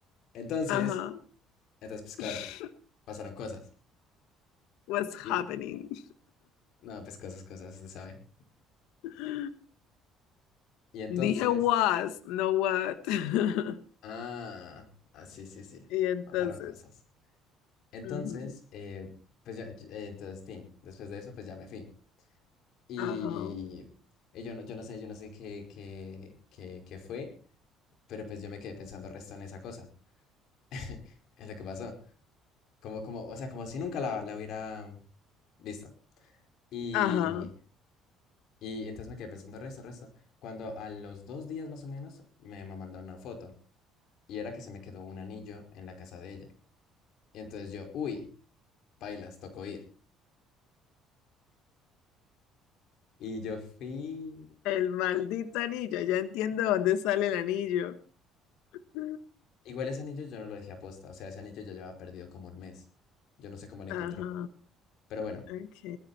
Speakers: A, on the left; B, on the left.
A: Entonces,
B: ajá.
A: entonces, pues claro,
B: <laughs>
A: pasaron cosas.
B: What's happening?
A: Y, no, pues cosas, cosas, se sabe.
B: <gasps>
A: Y entonces,
B: Dije was, no what. <laughs>
A: ah, ah, sí, sí, sí,
B: Y entonces,
A: pasaron cosas. Entonces,
B: ujú,
A: eh, pues ya, yo- eh, entonces Tin, después de eso, pues ya me fui. Y,
B: ajá,
A: y yo no, yo no sé, yo no sé qué, qué, qué, qué fue, pero pues yo me quedé pensando resto en esa cosa, <laughs> en lo que pasó. Como, como, o sea, como si nunca la, la hubiera visto. Y,
B: ajá.
A: y entonces me quedé pensando, resto, resto. Cuando a los dos días más o menos me ma- mandó una foto y era que se me quedó un anillo en la casa de ella. Y entonces yo, uy, pailas, tocó ir. Y yo fui.
B: El maldito anillo, ya entiendo dónde sale el anillo. <gasps> <laughs>
A: Igual ese anillo yo no lo dejé aposta, o sea, ese anillo ya llevaba perdido como un mes. Yo no sé cómo lo encontró.
B: Ajá,
A: Pero bueno,
B: ok.